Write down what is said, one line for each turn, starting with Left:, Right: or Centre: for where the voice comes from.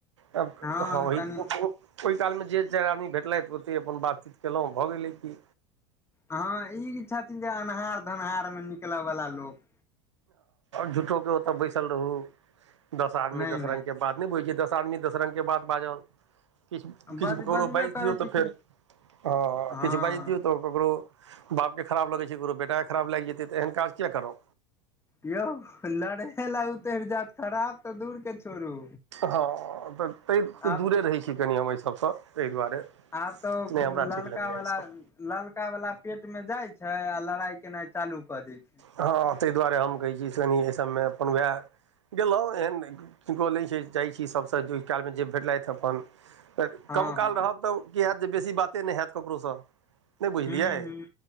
Right: ह
Left: हँ कनि
Right: ई <unintelligible> ओहि कालमे जे चारि आदमी भेटले ओतेक अपन बातचीत कयलो भ गेलै कि
Left: हँ ई छथिन जे अन्हार धन्हार मे निकलय वला लोक
Right: झूठो के ओत बैसल रहु दस आदमी
Left: नहि
Right: दस
Left: नहि
Right: रंग के बात नहि बुझ छियै दस आदमी दस रंग के बात बाजल किछ किछ
Left: बज
Right: ककरो
Left: बजबे
Right: बाज दियौ
Left: करै
Right: त
Left: छै
Right: फेर
Left: कि
Right: ह
Left: हँ
Right: किछ बाज दियौ त ककरो बाप के खराब लगै छै ककरो बेटा के खराब लाग जेतै त एहन काज किया करबँ
Left: यौ लड़े ल उतरि जाएत खराब त दूर के छोड़ू
Right: हँ त तै त
Left: आब
Right: दूरे रहै छी कनि हम एहि सभसँ ते दुआरे
Left: आब तो
Right: नहि हमरा
Left: ललका
Right: ठीक लगैए
Left: वाला
Right: ई सब
Left: ललका वाला पेट मे जाइ छै आ लड़ाई केनाइ चालू क दै छै
Right: हँ ताहि दुआरे हम कहै छी से कनि एहि सभ मे अपन वएह गेलहुँ एहन की बोलै छै जाइ छी सभ सँ जेहि कालमे जे भेटलथि अपन
Left: हँ
Right: कम
Left: हँ
Right: काल रहब त की हायत जे बेसी बाते नहि हायत ककरोसँ नहि बुझलियै
Left: हूँ हूँ